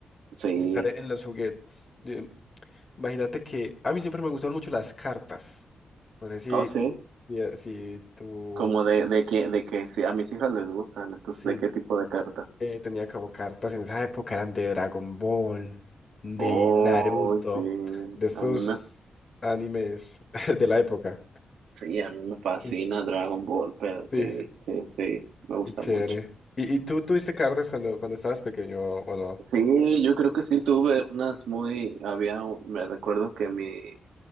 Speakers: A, on the right (about 80°); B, on the left (about 45°).
A: sí,
B: Pensar en los juguetes. Yo- imagínate que a mí siempre me gustaron mucho las cartas. No sé si,
A: oh sí,
B: si, si tú...
A: como de, de que, de que sí, a mis hijas les gustan, entonces,
B: Sí.
A: ¿de qué tipo de cartas?
B: eh, tenía como cartas en esa época, eran de Dragon Ball, de
A: Oh,
B: Naruto,
A: sí,
B: de estos
A: a mí me
B: animes <laughs> de la época.
A: Sí, a mí me fascina
B: Sí,
A: Dragon Ball, pero
B: sí,
A: sí, sí, sí, me gusta
B: qué chévere.
A: mucho.
B: ¿Y, y tú tuviste cartas cuando, cuando estabas pequeño o no?
A: Sí, yo creo que sí tuve unas muy, había, un- me recuerdo que mi,